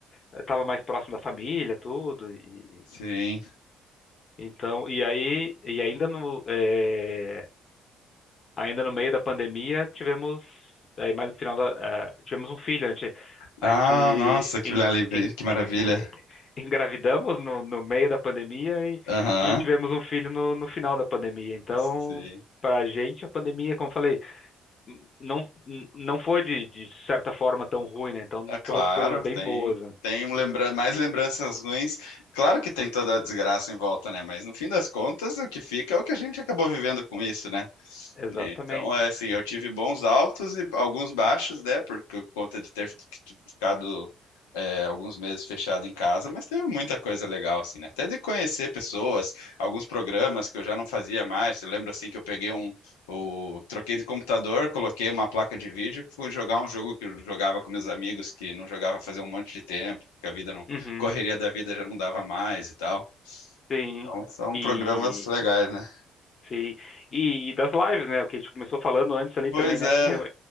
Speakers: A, on the left; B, on the left.
A: eu tava mais próximo da família, tudo. E,
B: sim.
A: então, e aí, e ainda no, eh, ainda no meio da pandemia, tivemos, aí mais no final da, eh, tivemos um filho. A gente,
B: Ah,
A: a gente
B: nossa, que
A: en-
B: maravilha.
A: en-
B: Que maravilha.
A: <laughs> engravidamos no, no meio da pandemia e,
B: Aham.
A: e tivemos um filho no, no final da pandemia. Então,
B: Sim.
A: para a gente, a pandemia, como eu falei, n- não, n- não foi de, de certa forma tão ruim, né? Então,
B: Ah, claro,
A: trouxe coisas bem
B: tem
A: boas, né?
B: tem um lembra mais lembranças ruins. Claro que tem toda a desgraça em volta, né? Mas no fim das contas, o que fica é o que a gente acabou vivendo com isso, né?
A: Exatamente.
B: né? Então, é assim, eu tive bons altos e alguns baixos, né? Por, por conta de ter fi- ficado é, alguns meses fechado em casa, mas teve muita coisa legal, assim, né? Até de conhecer pessoas, alguns programas que eu já não fazia mais. Eu lembro, assim, que eu peguei um... O, troquei de computador, coloquei uma placa de vídeo, fui jogar um jogo que eu jogava com meus amigos, que não jogava fazia um monte de tempo, que a vida não...
A: Uhum,
B: Correria da vida já não dava mais e tal.
A: sim.
B: Então, são
A: E.
B: programas legais, né?
A: Sim. E, e das lives, né? O que a gente começou falando antes ali
B: Pois
A: também, né?
B: é,
A: Que, eu-